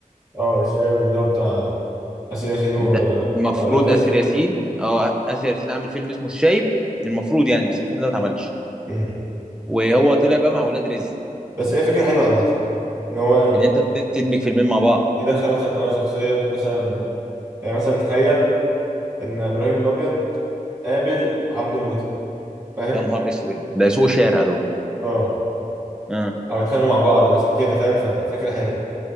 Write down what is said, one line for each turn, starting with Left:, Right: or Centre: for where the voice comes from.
Right: اه الشايب اللي هو بتاع اسر ياسين و-
Centre: بتاع المفروض
Right: واولاد رزق
Centre: آسر ياسين اه آسر ياسين عامل فيلم اسمه الشايب المفروض يعني بس الفيلم ده ما اتعملش
Right: مم.
Centre: وهو طلع بقى مع ولاد رزق
Right: بس هي فكره حلوه عامه ان هو
Centre: ان انت ت- تدمج فيلمين مع بعض
Right: يدخل مثلا اه شخصيه مثلا يعني مثلا تخيل ان ابراهيم الابيض قابل عبده موته فاهم
Centre: يا نهار اسود ده سوق شارع دول
Right: اه
Centre: اه
Right: او يتخانقوا مع بعض بس كده فاهم ففكره حلوه